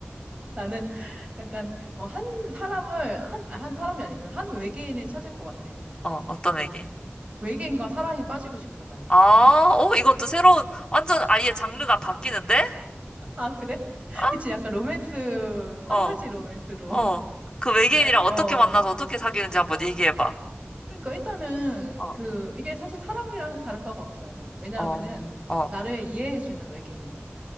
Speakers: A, on the right; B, on the left.
A: 나는 약간, 어, 한 사람을, 한, 아, 한 사람이 아니구나. 한 외계인을 찾을 것 같아.
B: 어, 어떤 외계인?
A: 외계인과 사랑에 빠지고 싶어, 나는.
B: 아, 어 이건 또 새로운, 완전 아예 장르가 바뀌는데?
A: 아, 그래? <laughs>
B: 아,
A: 그치, 약간 로맨스, 판타지
B: 어,
A: 로맨스로.
B: 어.
A: <laughs>
B: 그 외계인이랑 어떻게
A: 어.
B: 만나서 어떻게 사귀는지 한번 얘기해봐.
A: 그러니까 일단은,
B: 어,
A: 그, 이게 사실 사람이랑 다를 바가 없어요. 왜냐하면은,
B: 어, 어,
A: 나를 이해해주는 외계인.